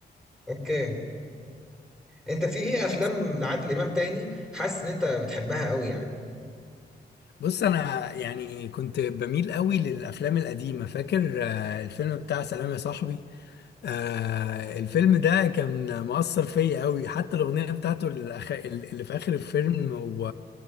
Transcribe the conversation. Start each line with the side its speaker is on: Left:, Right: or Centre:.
Centre: اوكي انت في ايه افلام
Left: بس
Centre: لعادل امام تاني حاسس ان انت بتحبها قوي يعني
Left: بص انا يعني كنت بميل قوي للافلام القديمه فاكر آه، الفيلم بتاع سلام يا صاحبي آه الفيلم ده كان مؤثر فيا قوي حتى الأغنية بتاعته الأخ... اللي في آخر الفيلم و...